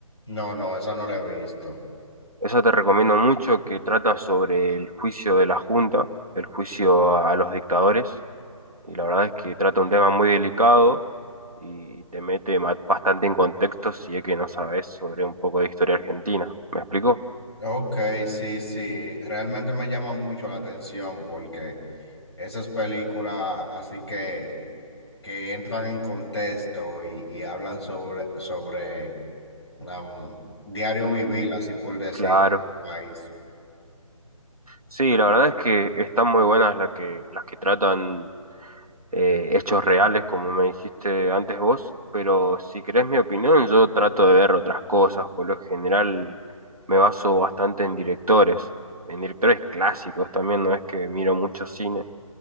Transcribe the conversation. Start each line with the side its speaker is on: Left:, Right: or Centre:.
Left: No, no, esa no la he visto.
Right: Esa te recomiendo mucho, que trata sobre el juicio de la Junta, el juicio a, a los dictadores, y la verdad es que trata un tema muy delicado y te mete ma- bastante en contexto si es que no sabes sobre un poco de historia argentina. ¿Me explico?
Left: Ok, sí, sí, realmente me llama mucho la atención porque esas películas así que, que entran en contexto y, y hablan sobre, sobre um, diario vivir, así por decir,
Right: Claro.
Left: país.
Right: Sí, la verdad es que están muy buenas las que, las que tratan eh, hechos reales, como me dijiste antes vos, pero si querés mi opinión, yo trato de ver otras cosas. Por lo general me baso bastante en directores, en directores clásicos también, no es que miro mucho cine.